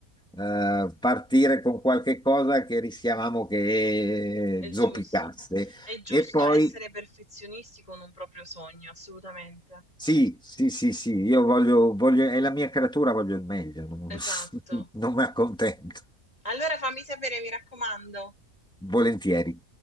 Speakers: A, in the centre; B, on the left.
A: eh, partire con qualche cosa che rischiavamo che
B: È
A: zoppicasse.
B: giusto. È giusto
A: E poi
B: essere perfezionisti con un proprio sogno, assolutamente.
A: sì, sì, sì, sì, io voglio, voglio, è la mia creatura, voglio il meglio, non,
B: Esatto.
A: <laughs> non mi accontento,
B: Allora fammi sapere, mi raccomando.
A: volentieri.